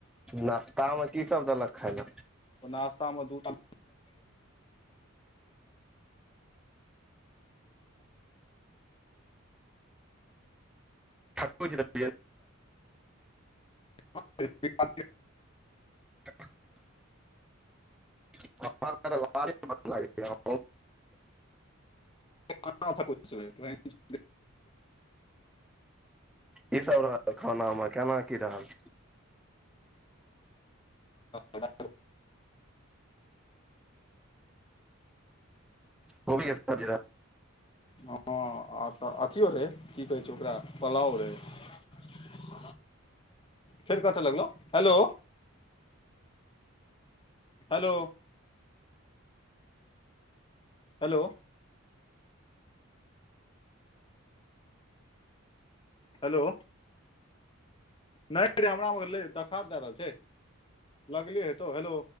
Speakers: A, in the centre; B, on the left.
A: नाश्तामे की सब देलक खाय ले
B: ओ नश्तामे दूटा
A: छठोज <unintelligible>
B: <inaudible>
A: <inaudible> म <unintelligible>
B: <unintelligible>
A: की सब रहल खानामे केना की रहल
B: रहै
A: ओ भी अ ज <unintelligible>
B: हं। और सभ अथियो रहै की कहै छै ओकरा पुलाव रहै। फेर कत लगलौं हेलो हेलो। हेलो। हेलो। नहि ते हमरा मे देखार दए रहल छै। लगले हेतौ हेलो।